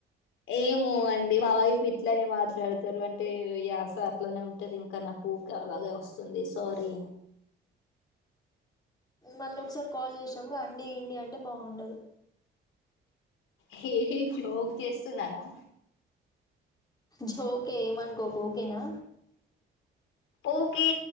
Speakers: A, on the left; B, on the left.
A: ఏమో అండి మా వైపు ఇట్లనే మాట్లాడతారు అంటే యాస అట్లనే ఉంటుంది ఇంకా నాకు. అలాగే వస్తుంది సారీ.
B: మళ్ళ ఒకసారి కాల్ చేసినప్పుడు అండి ఇండి అంటే బాగుండదు.
A: హే హే జోక్ చేస్తున్నారా.
B: జోకే ఏమనుకోకు ఓకేనా.
A: Okay